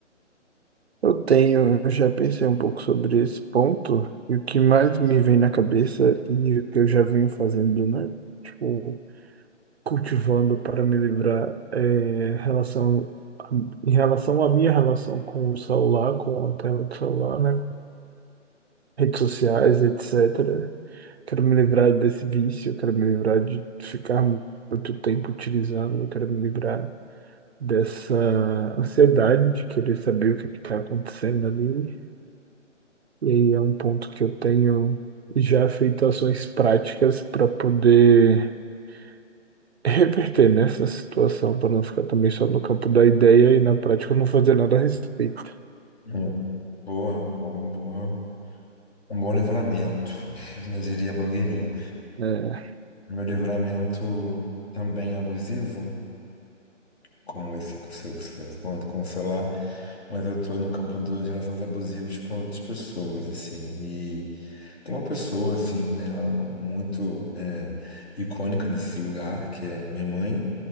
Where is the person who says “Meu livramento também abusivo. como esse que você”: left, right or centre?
Left